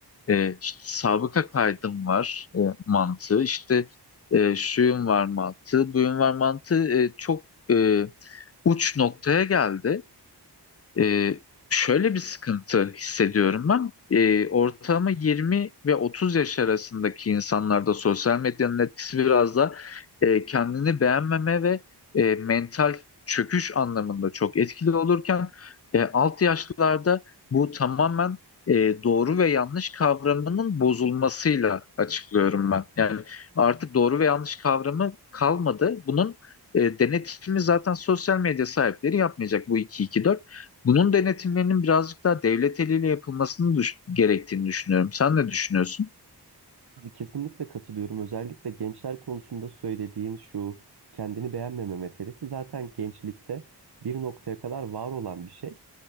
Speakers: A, on the left; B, on the right.
A: E, işte sabıka kaydım var e, mantığı, işte e, şuyum var mantığı, buyum var mantığı e, çok e, uç noktaya geldi. Ee, şöyle bir sıkıntı hissediyorum ben. Ee, ortalama 20 ve 30 yaş arasındaki insanlarda sosyal medyanın etkisi biraz da e, kendini beğenmeme ve e, mental çöküş anlamında çok etkili olurken e, alt yaşlılarda bu tamamen e, doğru ve yanlış kavramının bozulmasıyla açıklıyorum ben. Yani artık doğru ve yanlış kavramı kalmadı. Bunun e, denetimi zaten sosyal medya sahipleri yapmayacak bu iki iki dört. Bunun denetimlerinin birazcık daha devlet eliyle yapılmasını düş- gerektiğini düşünüyorum. Sen ne düşünüyorsun?
B: Abi kesinlikle katılıyorum. Özellikle gençler konusunda söylediğin şu kendini beğenmeme meselesi zaten gençlikte bir noktaya kadar var olan bir şey